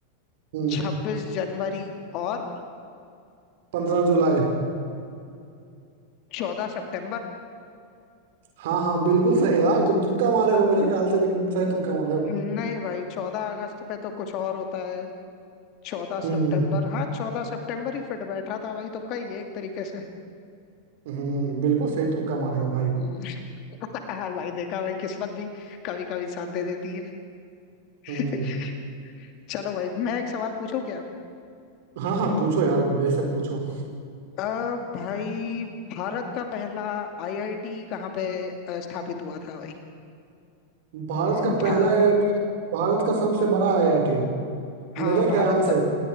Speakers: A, on the right (about 55°); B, on the left (about 40°).
A: हम्म
B: छब्बीस जनवरी और
A: पंद्रह जुलाई
B: चौदह सितंबर
A: हाँ हाँ बिल्कुल सही यार तुम तुक्का मारे हो मेरे ख्याल से लेकिन सही तुक्का मारे हो
B: नहीं भाई चौदह अगस्त पे तो कुछ और होता है चौदह
A: हम्म
B: सितंबर हाँ चौदह सितंबर ही फिट बैठ रहा था भाई तो कही है एक तरीके से
A: हम्म बिल्कुल सही तुक्का मारे हो भाई
B: <laughs> भाई देखा भाई किस्मत भी कभी कभी साथ दे देती है <laughs>
A: हम्म
B: चलो भाई मैं एक सवाल पूछूं क्या
A: हाँ हाँ पूछो यार बेशक पूछो
B: अ, भाई भारत का पहला आईआईटी कहाँ पे अ, स्थापित हुआ था भाई
A: भारत का पहला
B: भार
A: आईआईटी भारत का सबसे बड़ा आईआईटी
B: हाँ
A: मेरे
B: भारत
A: ख्याल
B: का
A: से